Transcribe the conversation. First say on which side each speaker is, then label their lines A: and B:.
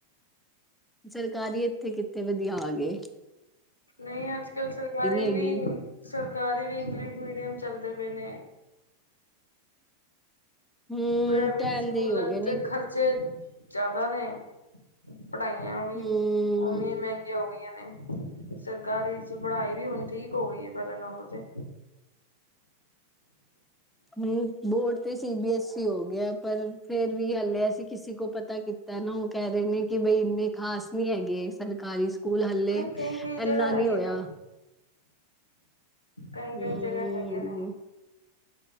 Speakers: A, in the centre; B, on the left.
A: ਸਰਕਾਰੀ ਇੱਥੇ ਕਿੱਥੇ ਵਧੀਆ ਆਗੇ,
B: ਨਹੀਂ ਅੱਜ ਕੱਲ ਸਰਕਾਰੀ
A: ਹੈਗੀ
B: ਵੀ ਸਰਕਾਰੀ ਵੀ ਇੰਗਲਿਸ਼ ਮੀਡੀਅਮ ਚੱਲਦੇ ਪਏ ਨੇ,
A: ਹਮ
B: ਪ੍ਰਾਈਵੇਟ
A: ਕਹਿਣ
B: ਸਕੂਲ
A: ਦੇ ਹੀ ਹੋ ਗਏ ਨੇ
B: ਤੇ ਖਰਚੇ ਜ਼ਿਆਦਾ ਨੇ ਪੜ੍ਹਾਈਆਂ, ਵੀ
A: ਹਮ
B: ਓਨੀਆਂ ਮਹਿੰਗੀਆਂ ਹੋ ਗਈਆਂ ਨੇ, ਸਰਕਾਰੀ ਚ ਪੜ੍ਹਾਈ ਵੀ ਹੁਣ ਠੀਕ ਹੋ ਗਈ ਹੈ, ਪਹਿਲਾਂ ਨਾਲ ਉਹ ਤੇ
A: ਹੂੰ ਬੋਰਡ ਤੇ ਸੀ ਬੀ ਐੱਸ ਈ ਹੋ ਗਿਆ, ਪਰ ਫੇਰ ਵੀ ਹਲੇੇ ਅਸੀਂ ਕਿਸੇ ਕੋ ਪਤਾ ਕਿ ਤਾਂ ਨਾ ਉਹ ਕਹਿ ਰਹੇ ਨੇ ਕਿ ਬਈ ਇੰਨੇ ਖਾਸ ਨਹੀਂ ਹੈਗੇ ਸਰਕਾਰੀ ਸਕੂਲ ਹੱਲੇ
B: ਨਹੀਂ ਕਈ-ਕਈ ਜਗ੍ਹਾ
A: ਇੰਨਾ ਨਹੀਂ
B: ਹੈਗੇ
A: ਹੋਇਆ।
B: ਨੇ, ਕਈ
A: ਹੂੰ
B: ਕਈ ਜਗ੍ਹਾ ਹੈਗੇ ਨੇ